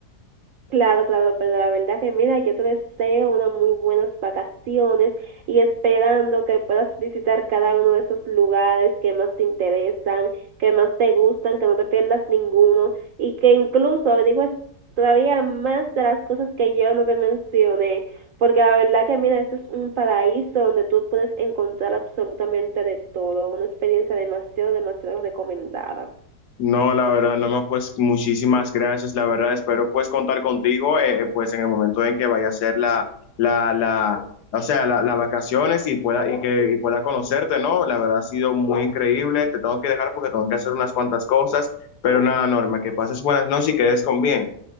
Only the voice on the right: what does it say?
Claro, claro, pero la verdad que mira, yo te deseo unas muy buenas vacaciones y esperando que puedas visitar cada uno de esos lugares que más te interesan, que más te gustan, que no te pierdas ninguno y que incluso averigües todavía más de las cosas que yo no te mencioné, porque la verdad que mira, esto es un paraíso donde tú puedes encontrar absolutamente de todo, una experiencia demasiado, demasiado recomendada.